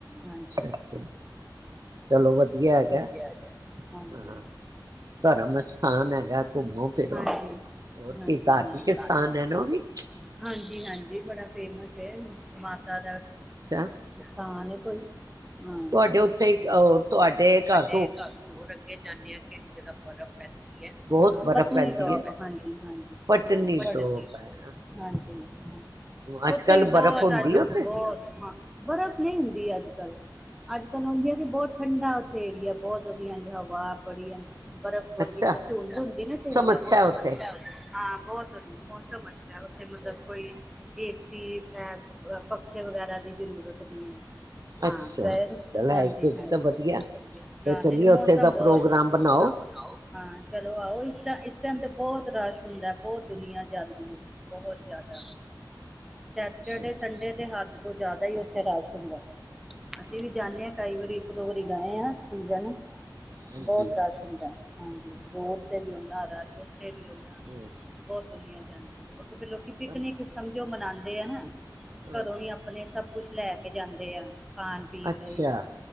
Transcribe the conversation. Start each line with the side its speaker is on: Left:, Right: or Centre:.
Centre: ਹਾਂਜੀ।
Right: ਅੱਛਾ- ਅੱਛਾ ਚਲੋ ਵਧੀਆ ਹੈਗਾ
Centre: ਵਧੀਆ ਹੈਗਾ ਹਾਂਜੀ
Right: ਹਾਂ ਧਰਮ ਅਸਥਾਨ ਹੈਗਾ ਘੁੰਮੋ ਫਿਰੋ
Centre: ਹਾਂਜੀ,
Right: ਹੋਰ
Centre: ਹਾਂਜੀ,
Right: ਕੀ ਧਾਰਮਿਕ
Centre: ਹਾਂਜੀ।
Right: ਸਥਾਨ ਹੈ ਨਾ ਉਹ ਵੀ।
Centre: ਹਾਂਜੀ ਹਾਂਜੀ ਬੜਾ ਫੇਮਸ ਹੈ ਮਾਤਾ ਦਾ
Right: ਅੱਛਾ
Centre: ਨੁਕਸਾਨ ਏ ਕੋਈ ਹਾਂ,
Right: ਤੁਹਾਡੇ ਉੱਥੇ ਇਕ ਤੁਹਾਡੇ ਘਰ
Centre: ਤੇ ਘਰ ਹੋਰ ਅਗੇ ਜਾਂਦੇ ਆ ਕਿਹੜੀ ਜਗਾ ਬਰਫ਼ ਪੈਂਦੀ ਹੈ
Right: ਬਹੁਤ ਬਰਫ਼
Centre: ਪਤਨੀਾਪ
Right: ਪੈਂਦੀ ਹੈ
Centre: ਹਾਂਜੀ ਹਾਂਜੀ
Right: ਪਟਨੀ
Centre: ਹਾਂ
Right: ਟੋਪ ਹੈ
Centre: ਹਾਂਜੀ ਹਾਂ
Right: ਅੱਜ
Centre: ਉੱਥੇ
Right: ਕੱਲ
Centre: ਵੀ
Right: ਬਰਫ਼
Centre: ਬਹੁਤ
Right: ਹੁੰਦੀ ਉਥੇ
Centre: ਬਹੁਤ ਹਾਂ ਬਰਫ਼ ਨਹੀਂ ਹੁੰਦੀ ਅੱਜ- ਕੱਲ, ਅੱਜ- ਕੱਲ ਹੁੰਦੀ ਹੈ ਕਿ ਬਹੁਤ ਠੰਡਾ ਉੱਥੇ ਏਰੀਆ ਬਹੁਤ ਵਧੀਆ ਇੰਜ ਹਵਾ, ਬੜੀ ਇੰਜ ਬਰਫ਼ ਵਰਗੀ,
Right: ਅੱਛਾ
Centre: ਜਿਵੇਂ ਧੁੰਡ ਹੁੰਦੀ ਨਾ ਧੁੰਡ
Right: ਅੱਛਾ
Centre: ਮੌਸਮ
Right: ਹੈ ਉੱਥੇ
Centre: ਅਛਾ ਉੱਥੇ ਬਹੁਤ ਵਧੀਆ। ਮੌਸਮ ਅੱਛਾ ਉੱਥੇ ਮਤਲਬ ਕੋਈ ਏਸੀ ਐਪ ਪੱਖੇ ਵਗੈਰਾ ਦੀ ਜ਼ਰੂਰਤ ਨਹੀਂ ਹੈ। ਹਾਂ
Right: ਅੱਛਾ
Centre: ਗਏ
Right: ਚੱਲ ਹੈ
Centre: ਹਾਂਜੀ
Right: ਫਿਰ
Centre: ਹਾਂਜੀ
Right: ਤਾਂ ਵਧੀਆ ਤੇ
Centre: ਹਾਂ
Right: ਚਲੀਏ
Centre: ਨਹੀ ਨਹੀ
Right: ਉੱਥੇ
Centre: ਮੌਸਮ
Right: ਦਾ
Centre: ਬੋਤ
Right: ਪ੍ਰੋਗਰਾਮ
Centre: ਵਧੀਆ
Right: ਬਣਾਓ
Centre: ਹਾਂ ਚਲੋ ਆਹੋ ਇਸ ਇਸ ਟਾਈਮ ਤੇ ਬਹੁਤ ਰਸ਼ ਹੁੰਦਾ ਬਹੁਤ ਦੁਨੀਆਂ ਜਾਂਦੀ ਏ ਬਹੁਤ ਜ਼ਿਆਦਾ, ਸੈਚਰਡੇ
Right: ਅੱਛਾ
Centre: ਸੰਡੇ ਤੇ ਹੱਦ ਤੋਂ ਜ਼ਿਆਦਾ ਉੱਥੇ ਰਸ਼ ਹੁੰਦਾ ਅਸੀਂ ਵੀ ਜਾਂਦੇ ਹਾਂ ਕਈ ਵਾਰੀ ਇੱਕ ਦੋ ਵਾਰੀ ਗਏ ਹਾਂ। ਠੀਕ ਹੈ ਨਾ
Right: ਹਾਂਜੀ
Centre: ਬੋਤ ਰਸ਼ ਹੁੰਦਾ ਹਾਂਜੀ ਰੋਡ ਤੇ ਵੀ ਉਨਾ ਰਸ਼ ਉੱਥੇ ਵੀ ਉਨਾ।
Right: ਹਮ
Centre: ਬਹੁਤ ਦੁਨੀਆਂ ਜਾਂਦੀ ਉੱਥੇ ਫਿਰ ਲੋਕੀ ਪਿਕਨਿਕ
Right: ਪਰ
Centre: ਸਮਝੋ ਮਨਾਉਂਦੇ ਆ ਨਾ
Right: ਹਾਂ
Centre: ਘਰੋਂ ਹੀ ਆਪ ਆਪਣੇ ਸਭ ਕੁਛ ਲੈ ਕੇ ਜਾਂਦੇ ਆ ਖਾਣ ਪੀਣ
Right: ਅੱਛਾ
Centre: ਲਈ